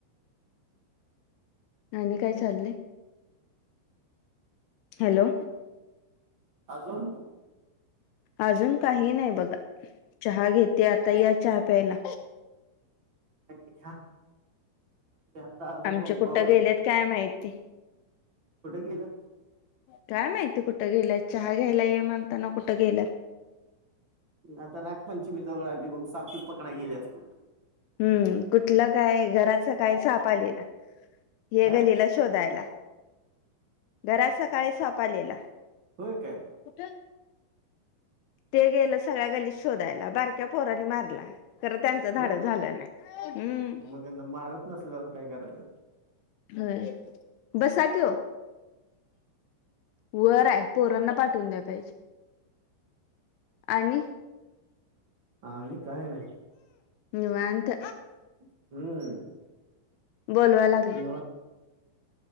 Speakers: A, on the left; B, on the right.
A: आणि काय चाललय. हॅलो
B: अजून
A: अजून काही नाही बघा. चहा घेते आता. या चहा प्यायला.
B: घ्या ते आता आलोय
A: आमचे
B: पंपावर.
A: कुठं गेलेत काय माहिती
B: कुठे गेलेत.
A: काय माहिती कुठ गेल्या. चहा घ्यायला ये म्हणताना कुठ गेल्यात.
B: आता नागपंचमी जवळ आली बघ. साप सुप पकडाय गेले असतील.
A: हम्म, कुठल काय, घरात सकाळी साप आलेला. हे
B: काय
A: गलेला शोधायला, घरात सकाळी साप आलेला.
B: होय काय?
A: कुठ? ते गेल सगळ्या गल्लीत शोधायला. बार क्या, पोरानी मारला. खर त्यांच धाडस
B: हो
A: झालं नाही हम्म
B: मग मारत नसल्यावर काय करायच.
A: होय, बसा की हो. वर आहे. पोरांना पाठवून द्या पाहिजे. आणि
B: आणि काय नाही.
A: निवांत
B: हम्म
A: बोलवा लागले.
B: निवांत